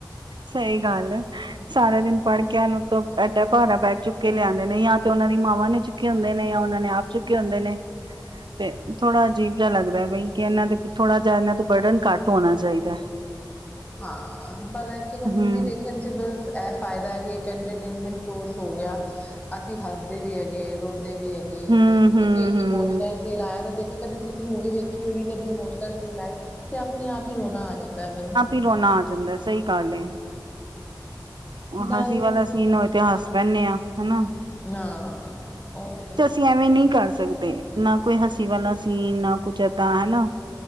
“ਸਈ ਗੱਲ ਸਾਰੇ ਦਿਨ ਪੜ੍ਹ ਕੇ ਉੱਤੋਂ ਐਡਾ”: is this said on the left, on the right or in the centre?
Right